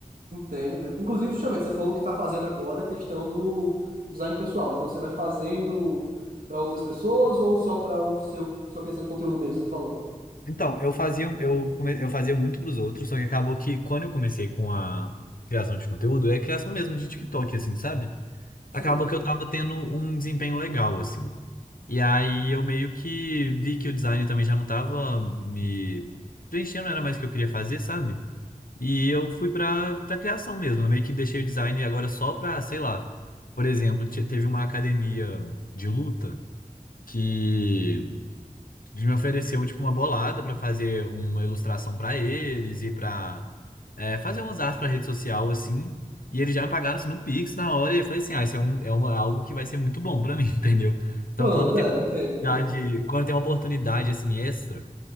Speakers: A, on the right; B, on the left.
A: Entendo, entendo. Inclusive, justamente, você falou que está fazendo agora a questão do design pessoal. Então, você vai fazendo para outras pessoas ou só para o seu sua questão de conteúdo mesmo que você falou?
B: Então, eu fazia, eu, come- eu fazia muito pros outros, só que acabou que quando eu comecei com a criação de conteúdo, é criação mesmo de TikTok, assim, sabe?
A: Sim.
B: Acabou que eu tava tendo um desempenho legal, assim. E aí eu meio que vi que o design também já não tava me preenchendo, não era mais o que eu queria fazer, sabe? E eu fui pra, pra criação mesmo. Eu meio que deixei o design agora só pra, sei lá, por exemplo, te- teve uma academia de luta que me ofereceu tipo uma bolada pra fazer uma ilustração pra eles e pra é, fazer umas artes pra rede social assim. E eles já me pagaram assim, no Pix na hora, e eu falei assim, ah, isso é, um, é uma, algo que vai ser muito bom pra mim, <laughs> entendeu? Então,
A: Pronto,
B: quando tem
A: é, entendo, entendo.
B: dá de- quando tem uma oportunidade assim extra,